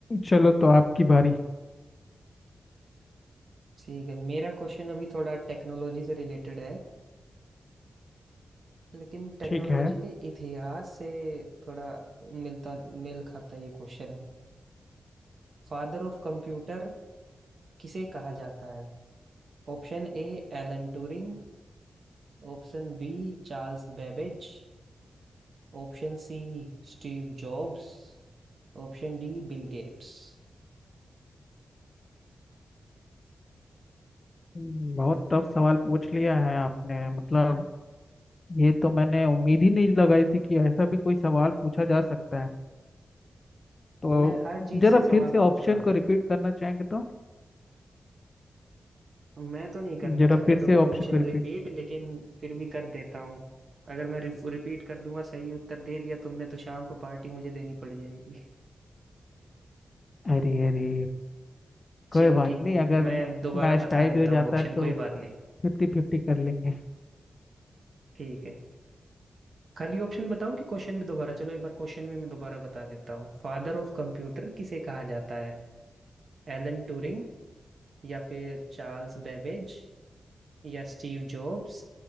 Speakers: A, on the left; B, on the right.
A: चलो तो आपकी बारी
B: ठीक है मेरा क्वेश्चन अभी थोड़ा टेक्नोलॉजी से रिलेटेड है लेकिन टेक्नोलॉजी
A: ठीक है
B: के इतिहास से थोड़ा मिलता मेल खाता ये क्वेश्चन है फादर ऑफ कंप्यूटर किसे कहा जाता है Option A Alan Turing Option B Charles Babbage Option C Steve Jobs Option D Bill Gates
A: हम्म, बहुत टफ सवाल पूछ लिया है आपने मतलब ये तो मैंने उम्मीद ही नहीं लगाई थी कि ऐसा भी कोई सवाल पूछा जा सकता है तो
B: मैं हर चीज
A: जरा
B: से सवाल
A: फिर से ऑप्शन
B: पूछ रहा हूँ
A: को रिपीट करना चाहेंगे तो
B: मैं तो नहीं करना
A: जरा
B: चाहता
A: फिर
B: दोबारा
A: से ऑप्शन
B: ऑप्शन
A: को रिपीट
B: रिपीट लेकिन फिर भी कर देता हूँ अगर मैं रिपीट कर दूंगा सही उत्तर दे दिया तुमने तो शाम को पार्टी मुझे देनी पड़ जाएगी
A: अरे अरे कोई
B: चलो
A: बात
B: ठीक
A: नहीं
B: है पू-
A: अगर
B: मैं दोबारा
A: मैच
B: बता
A: टाई
B: देता
A: भी हो जाता
B: हूँ ऑप्शन
A: है तो
B: कोई बात नहीं
A: फिफ्टी फिफ्टी कर लेंगे
B: ठीक है खाली ऑप्शन बताऊं कि क्वेश्चन भी दोबारा चलो एक बार क्वेश्चन भी मैं दोबारा बता देता हूँ फादर ऑफ कंप्यूटर किसे कहा जाता है एलन ट्यूरिंग या फिर चार्ल्स बेबेज या स्टीव जॉब्स